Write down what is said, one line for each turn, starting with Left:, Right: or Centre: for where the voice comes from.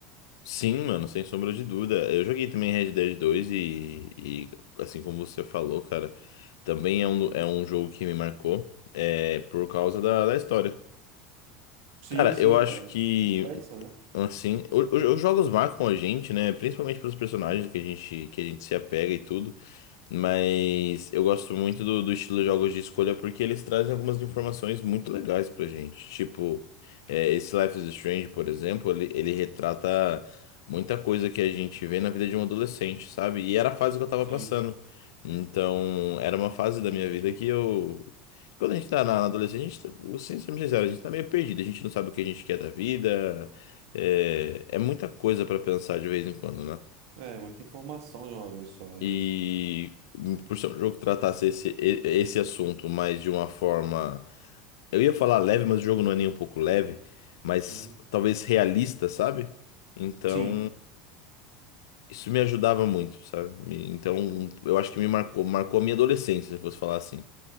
Left: Sim, mano, sem sombra de dúvida. Eu joguei também Red Dead 2 e, e, assim como você falou, cara, também é um, é um jogo que me marcou é, por causa da, da história.
Right: Sim,
Left: Cara,
Right: sim,
Left: eu acho
Right: cara.
Left: que,
Right: Complexa, né?
Left: assim, o- o- os jogos marcam a gente, né? Principalmente pelos personagens que a gente, que a gente se apega e tudo. Mas eu gosto muito do, do estilo de jogos de escolha porque eles trazem algumas informações muito legais pra gente. Tipo, é, esse Life is Strange, por exemplo, ele, ele retrata muita coisa que a gente vê na vida de um adolescente, sabe? E era a fase que eu tava
Right: Sim.
Left: passando. Então, era uma fase da minha vida que eu. Quando a gente tá na na adolescência, a gente, tá- vou ser ser sincero, a gente tá meio perdido, a gente não sabe o que a gente quer da vida. É, é muita coisa pra pensar de vez em quando, né?
Right: É, muita informação de uma vez só, né?
Left: E hum, por ser um jogo que tratasse esse, e- esse assunto, mas de uma forma. Eu ia falar leve, mas o jogo não é nem um pouco leve, mas
Right: Uhum.
Left: talvez realista, sabe? Então,
Right: Sim.
Left: isso me ajudava muito, sabe? Me- Então, eu acho que me marcou, marcou a minha adolescência, se eu fosse falar assim.